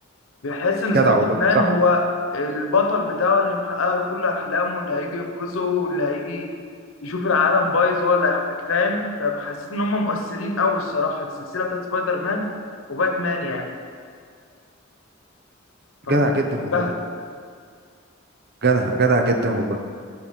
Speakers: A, on the left; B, on the right.
A: بيحس إن سبايدر
B: جدع والله
A: مان
B: صح
A: هو البطل بتاعه اللي محقق له كل أحلامه اللي هيجي ينقذه واللي هيجي يشوف العالم بايظ هو اللي هيحقق، فاهم فحسيت إن هم مؤثرين أوي الصراحة السلسلة بتاعت سبايدر مان وباتمان يعني فكنت
B: جدع جدا
A: بحبها
B: والله جدع جدع جدا والله